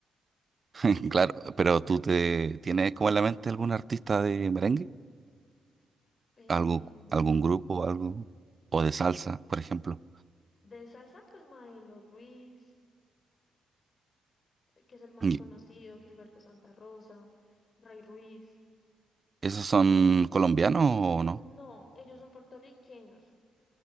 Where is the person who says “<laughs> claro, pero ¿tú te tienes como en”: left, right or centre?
Right